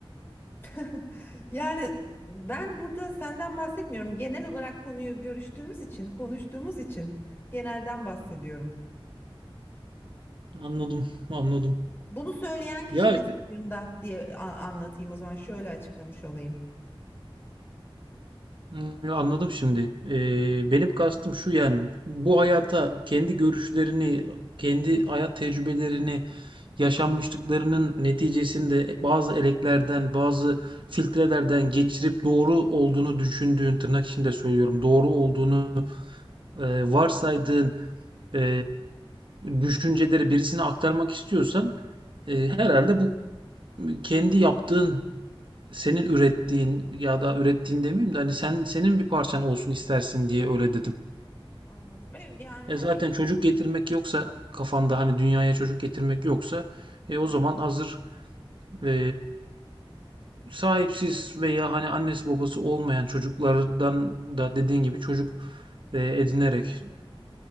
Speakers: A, on the left; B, on the right.
A: <laughs> Yani ben burada senden bahsetmiyorum. Genel olarak konuyu görüştüğümüz için, konuştuğumuz için genelden bahsediyorum.
B: Anladım, anladım.
A: Bunu söyleyen kişinin
B: Ya
A: soyunda diye a- anlatayım o zaman şöyle açıklamış olayım.
B: hmm, anladım şimdi. Ee, benim kastım şu yani bu hayata kendi görüşlerini, kendi hayat tecrübelerini, yaşanmışlıklarının neticesinde bazı eleklerden, bazı filtrelerden geçirip doğru olduğunu düşündüğün, tırnak içinde söylüyorum, doğru olduğunu e, varsaydığın e, düşünceleri birisine aktarmak istiyorsan e, herhalde bu kendi yaptığın senin ürettiğin ya da ürettiğin demeyeyim de hani sen senin bir parçan olsun istersin diye öyle dedim.
A: Anladım. Evet yani
B: E
A: hani
B: zaten çocuk getirmek yoksa kafanda hani dünyaya çocuk getirmek yoksa e
A: Hı
B: o
A: hı.
B: zaman hazır e, sahipsiz veya hani annesi babası olmayan çocuklardan da dediğin gibi çocuk e, edinerek